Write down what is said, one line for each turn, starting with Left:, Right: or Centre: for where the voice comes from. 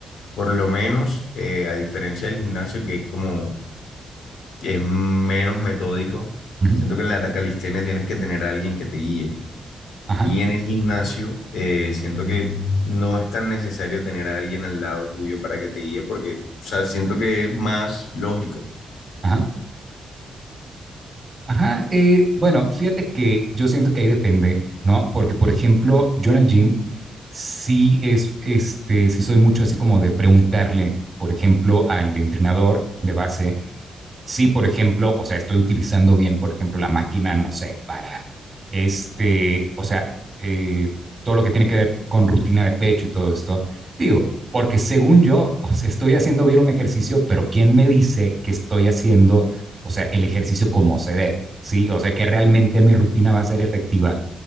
Left: por lo menos eh, a diferencia del gimnasio, que es como es menos metódico.
Right: Ujú,
Left: Siento que en la calistenia tienes que tener a alguien que te guíe.
Right: Ajá,
Left: Y en el gimnasio, eh, siento que no es tan necesario tener a alguien al lado tuyo para que te guíe, porque, o sea, siento que es más lógico.
Right: ajá, ajá. eh, bueno, fíjate que yo siento que ahí depende, ¿no? Porque, por ejemplo, yo en el gym sí es, este, sí soy mucho así como de preguntarle, por ejemplo, al entrenador de base, si, por ejemplo, o sea, estoy utilizando bien, por ejemplo, la máquina, no sé, para este, o sea, eh, todo lo que tiene que ver con rutina de pecho y todo esto, digo, porque según yo, o sea, estoy haciendo bien un ejercicio, pero ¿quién me dice que estoy haciendo, o sea, el ejercicio como se debe? Sí, o sea, que realmente mi rutina va a ser efectiva